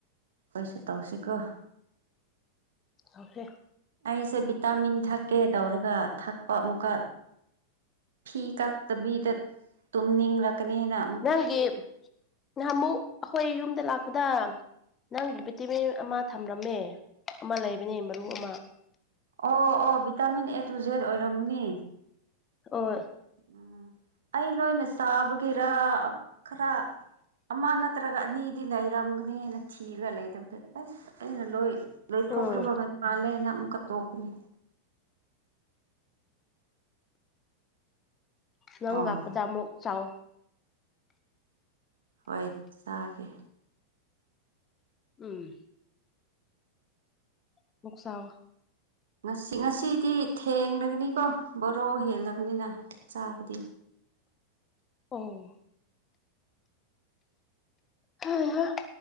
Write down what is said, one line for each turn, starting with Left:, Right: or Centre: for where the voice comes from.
Right: ꯈꯣꯏꯁꯨ ꯇꯧꯁꯤꯀꯣ
Left: ꯑꯣꯀꯦ
Right: ꯑꯩꯁꯦ ꯚꯤꯇꯥꯃꯤꯟ ꯊꯛꯀꯦ ꯇꯧꯔꯒ ꯊꯛꯄ ꯑꯃꯨꯛꯀ ꯐꯤ ꯀꯛꯇꯕꯤꯗ ꯇꯨꯝꯅꯤꯡ ꯂꯛꯀꯥꯅꯤꯅ
Left: ꯅꯪꯒꯤ ꯅꯍꯥꯟꯃꯨꯛ ꯑꯩꯈꯣꯏ ꯌꯨꯝꯗ ꯂꯥꯛꯄꯗ ꯅꯪꯒꯤ ꯚꯤꯇꯤꯃꯤꯟ ꯑꯃ ꯊꯝꯂꯝꯃꯦ ꯑꯃ ꯂꯩꯕꯅꯦ ꯃꯔꯨ ꯑꯃ
Right: ꯑꯣ ꯑꯣ ꯚꯤꯇꯥꯃꯤꯟ ꯑꯦ ꯇꯨ ꯖꯦꯗ ꯑꯣꯏꯔꯝꯃꯅꯤ
Left: ꯑꯣꯏ
Right: ꯎꯝ ꯑꯩ ꯂꯣꯏꯅ ꯆꯥꯕꯒꯤꯔ ꯈꯔ ꯑꯃ ꯅꯠꯇ꯭ꯔꯒ ꯑꯅꯤꯗꯤ ꯂꯩꯔꯝꯒꯅꯤ ꯍꯥꯏꯅ ꯊꯤꯔꯒ ꯂꯩꯇꯕꯗ ꯑꯁ ꯑꯩꯅ ꯂꯣꯏ ꯂꯩꯊꯣꯛꯈ꯭ꯔꯕ
Left: ꯎꯝ
Right: ꯃꯥꯜꯂꯦꯅ ꯑꯃꯨꯛꯀ ꯇꯣꯛꯄꯅꯤ
Left: ꯅꯪ
Right: ꯑꯣ
Left: ꯂꯥꯛꯄꯗ ꯑꯃꯨꯛ ꯆꯥꯎ
Right: ꯍꯣꯏ ꯆꯥꯒꯦ
Left: ꯎꯝ <unintelligible>
Right: ꯉꯁꯤ ꯉꯁꯤꯗꯤ ꯊꯦꯡꯂꯒꯅꯤꯀꯣ ꯕꯔꯣ ꯍꯦꯜꯂꯕꯅꯤꯅ ꯆꯥꯕꯗꯤ
Left: ꯎꯝ ꯍꯩ ꯍꯥ